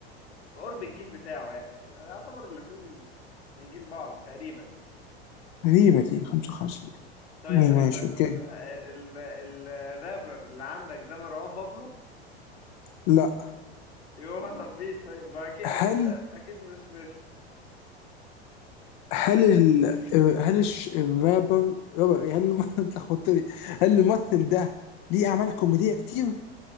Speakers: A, on the left (about 80°); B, on the left (about 50°).
A: في قرب الجيل بتاعه يعني يعتبر الاتنين من جيل بعض تقريبا
B: غريبة دي 55
A: طيب
B: اي
A: طيب
B: ماشي
A: طيب,
B: اوكي
A: طيب, طيب, طيب, طيب, طيب, طيب, طيب, طيب الرابر اللي عندك ده مروان بابلو
B: لا
A: يوه ثبيت طيب ما اكيد
B: هل
A: اكيد اكيد مش ماشي
B: هل ال... هل الش- الرابر رابر إيه؟ هل الم- <laughs> انت لخبطتني هل الممثل ده ليه اعمال كوميديه كتير؟